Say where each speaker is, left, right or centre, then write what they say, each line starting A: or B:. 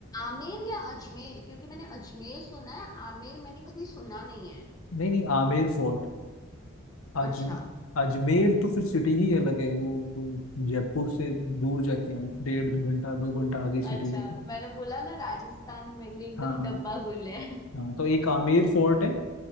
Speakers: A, on the left (about 15°); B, on the left (about 75°).
A: आमेर या अजमेर क्योंकि मैंने अजमेर सुना है आमेर मैंने कभी सुना नहीं है
B: नहीं नहीं आमेर फोर्ट अज
A: अच्छा
B: अजमेर तो फिर सिटी ही अलग है वो तो जयपुर से दूर जाके है डेढ़ घंटा दो घंटा आगे सिटी
A: अच्छा
B: है
A: मैंने बोला ना राजस्थान मेरे लिए एकदम
B: हाँ
A: डब्बा गुल है
B: हाँ तो एक आमेर फोर्ट है